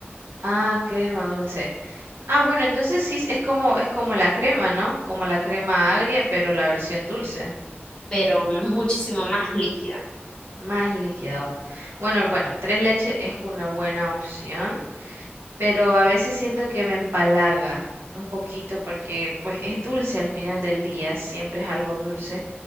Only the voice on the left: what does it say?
pero muchísimo más líquida.